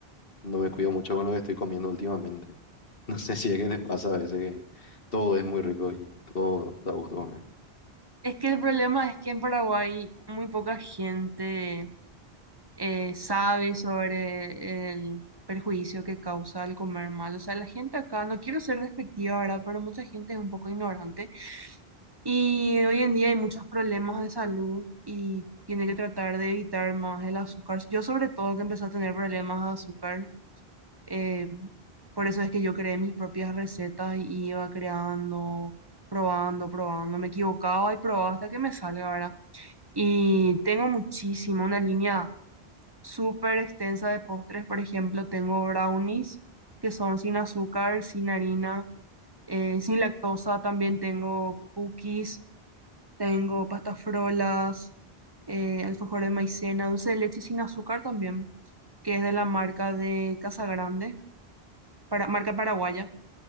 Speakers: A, on the left; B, on the right.
A: no me cuido mucho con lo que estoy comiendo últimamente. <laughs> No sé si es que te pasa a veces que todo es muy rico y todo da gusto comer.
B: Es que el problema es que en Paraguay muy poca gente eh, sabe sobre el perjuicio que causa el comer mal. O sea, la gente acá, no quiero ser despectiva ahora, pero mucha gente es un poco ignorante y hoy en día hay muchos problemas de salud y tiene que tratar de evitar más el azúcar. Yo sobre todo que empecé a tener problemas de azúcar Eh, por eso es que yo creé mis propias recetas y iba creando, probando, probando. Me equivocaba y probaba hasta que me salga, ¿verdad? Y tengo muchísimo, una línea súper extensa de postres. Por ejemplo, tengo brownies que son sin azúcar, sin harina, eh, sin lactosa. También tengo cookies, tengo pastas frolas, eh, alfajor de maicena, dulce de leche sin azúcar también, que es de la marca de Casa Grande, para, marca paraguaya.